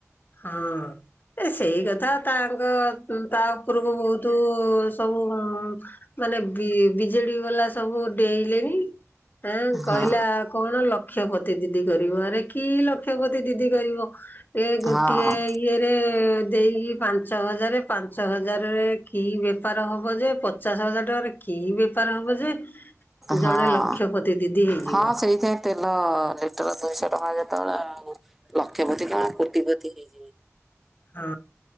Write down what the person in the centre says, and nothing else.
ହଁ
ହଁ
ହଁ।
ହଁ ସେଇଥିପାଇଁ ତେଲ ଲିଟର ଦୁଇଶହ ଟଙ୍କା ଯେତୋବେଳେ ଆଉ ଲକ୍ଷପତି କଣ କୋଟିପତି ହେଇ